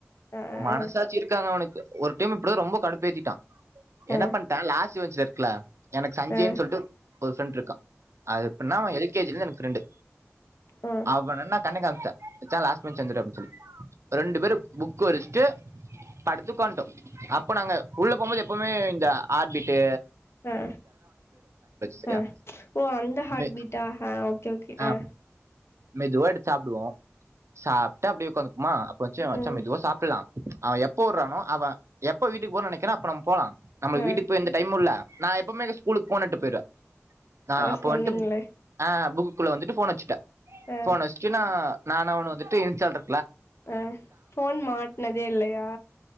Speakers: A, on the left; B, on the right.
A: ஆ
B: மனசாட்சி
A: ஆ
B: இருக்காங்க அவுனுக் அ ஒரு டைம் இப்டிதா ரொம்ப கடுப்பேத்திட்டா என்ன
A: ஆ
B: பண்ட்ட லாஸ்ட் ட்ல எனக்கு சஞ்சய்ன்
A: ஆ ஆ
B: சொல்ட்டு ஒரு ஃப்ரெண்ட்ருக்கா அதெப்டின்னா எல் கே ஜி ல இருந்து எனக்கு ஃப்ரெண்டு
A: ஆ
B: அவனென்ன கண்ண காமிச்ட்ட மச்சா லாஸ்ட் பென்ச் வந்துரு அப்டி சொல்லி ரெண்டு பேரு புக் விரிச்சுட்டு படுத்து உக்காண்ட்டோ அப்போ நாங்க உள்ள போகும்போது எப்பவுமே இந்த ஆர்ட் பீட்டு
A: அ
B: சரியா
A: அ ஓ அந்த ஹார்ட்
B: மெ
A: பீட்டா அ ஓகே
B: ஆ
A: அ
B: மெதுவா எடுத்து சாப்டுவோ சாப்ட்டு அப்டியே உக்காந்துப்பமா மச்ச மச்ச
A: ம்
B: மெதுவா சாப்பில்லா அவ எப்ப உடறானோ அவ எப்ப வீட்டுக்கு போக நெனைக்கற அப்ப நம்ம போலா நம்ம
A: ஆ
B: வீட்டுக்கு போய் எந்த டைமு இல்ல நா எப்பமே எங்க ஸ்கூலுக்கு போனெட்டு போய்ருவ ஆ
A: அதா
B: அப்ப
A: சொன்னீங்களே
B: வன்ட்டு புக் ஆ புக் குள்ள வந்துட்டு ஃபோன வெச்சிட்ட
A: ஆ
B: ஃபோன வெச்சுட்டு நா நானு அவனு வந்துட்டு இன்ஸால்ட
A: ம் ஃபோன் மாட்னதே இல்லையா